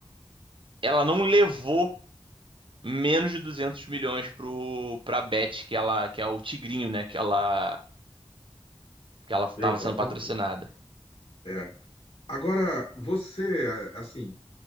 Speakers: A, on the right (about 60°); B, on the left (about 75°).
A: ela não levou menos de 200 milhões pro, pra Bet, que ela, que é o Tigrinho, né? Que ela, que ela tava
B: Exatamente.
A: sendo patrocinada.
B: É. Agora, você, assim,